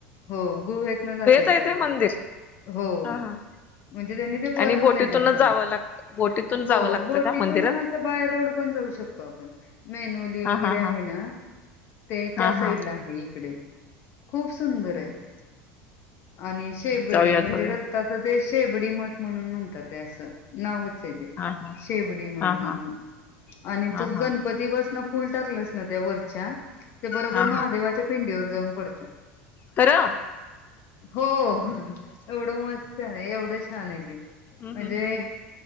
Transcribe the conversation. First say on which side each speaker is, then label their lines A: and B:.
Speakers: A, on the left; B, on the left.
A: हो गुहेत ना जात येत
B: आहे
A: अस
B: ते मंदिर.
A: हो
B: हा हा.
A: म्हणजे त्यांनी ते बनवलंयस
B: आणि बोटीतूनच जावं लागत बोटीतून
A: हो
B: जावं लागतं
A: बोटीतून
B: का मंदिरात
A: बाय रोड पण जाऊ शकतो आपण मेनवली वगैरे
B: हा हा
A: आहे
B: हा
A: ना ते
B: हा
A: त्या साईडला
B: हा
A: आहे इकडे खूप सुंदर
B: हा हा
A: आहे
B: ह
A: आणि शेववेडी
B: जाऊया
A: म्हणजे
B: जाऊया
A: दत्ताचा देश बडीमट म्हणून म्हणतात अस ना
B: हा हा
A: शेवडी मठ
B: हा
A: म्हणून
B: हा
A: आणि
B: हा
A: तो
B: हा
A: गणपती बस फुल टाकलंच न त्यावरर अच्छा ते बरोबर
B: हा
A: महादेवाच्या पिंडी व जाऊन पडतं
B: तरं
A: हो एवढं मस्त आहे एवढंच छान नाही
B: हम्
A: म्हणजे
B: हम् हम् हम्